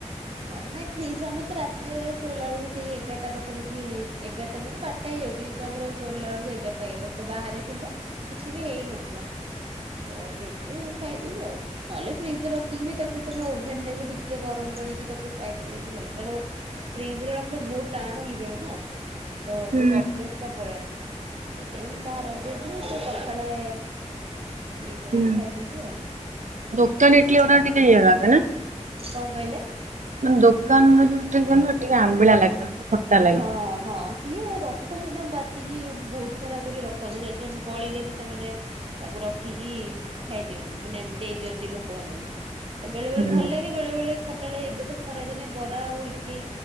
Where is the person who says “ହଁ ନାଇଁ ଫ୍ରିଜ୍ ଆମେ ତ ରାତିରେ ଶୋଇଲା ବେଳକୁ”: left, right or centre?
Right